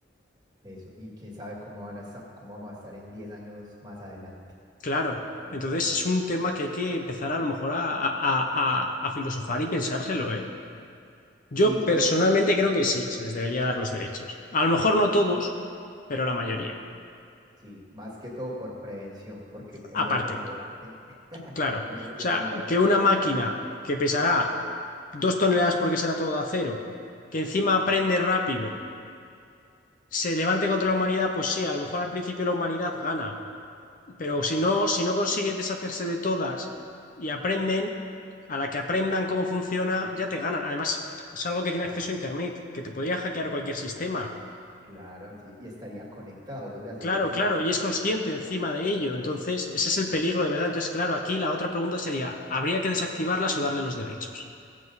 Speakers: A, on the right; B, on the left.
A: eso y quién sabe cómo van a estar, cómo vamos a estar en 10 años más adelante,
B: Claro.
A: qué
B: Entonces
A: va a pasar.
B: es un tema que hay que empezar a lo mejor a, a- a- a filosofar y pensárselo, ¿eh? Yo
A: Sí,
B: personalmente
A: creo que eso,
B: creo que sí, se les debería dar los derechos. A lo mejor no todos, pero la mayoría.
A: sí, más que todo por prevención, porque el
B: Aparte,
A: día que se levanten, <laughs>
B: claro.
A: el
B: O
A: día
B: sea,
A: que se levanten,
B: que una máquina que pesará dos toneladas porque será todo de acero, que encima aprende rápido, se levante contra la humanidad, pues sí, a lo mejor al principio la humanidad gana, Pero si no, si no consigues deshacerse de todas y aprenden, a la que aprendan cómo funciona, ya te ganan. Además, es algo que
A: ya
B: tiene
A: ganan.
B: acceso a Internet, que te podría hackear cualquier sistema.
A: Claro, así, y estarían conectados, o sea, serían
B: Claro,
A: un
B: claro,
A: organismo,
B: y es consciente encima de ello. Entonces, ese es el peligro de verdad. Entonces, claro, aquí la otra pregunta sería, ¿habría que desactivarlas o darle los derechos?